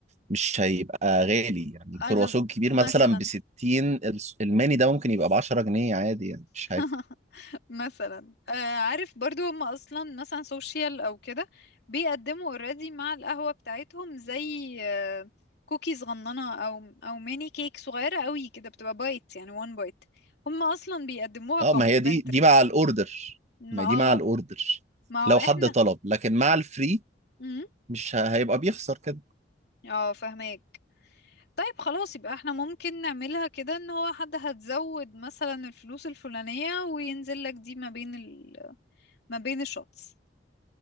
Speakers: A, on the right; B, on the left.
A: مش هيبقى غالي يعني الكرواسون
B: انا
A: كبير
B: مثلا
A: مثلا ب 60 الميني ده ممكن يبقى ب 10 جنيه عادي يعني مش
B: <laughs>
A: حاجه
B: مثلا آه عارف برضو هم اصلا مثلا سوشيال او كده بيقدموا اوريدي مع القهوة بتاعتهم زي آه كوكي صغننة او او ميني كيك صغيرة قوي كده بتبقى بايت يعني وان بايت هم اصلا بيقدموها
A: اه
B: كومبلمنتري
A: ما هي دي دي مع الاوردر ما
B: ما
A: هي
B: اه
A: دي مع الاوردر
B: ما
A: لو
B: هو احنا
A: حد طلب لكن مع الفري
B: مم،
A: مش ه- هيبقى بيخسر كده
B: اه فهماك طيب خلاص يبقى احنا ممكن نعملها كده ان هو حد هتزود مثلا الفلوس الفلانية وينزل لك دي ما بين ال... ما بين الشوتس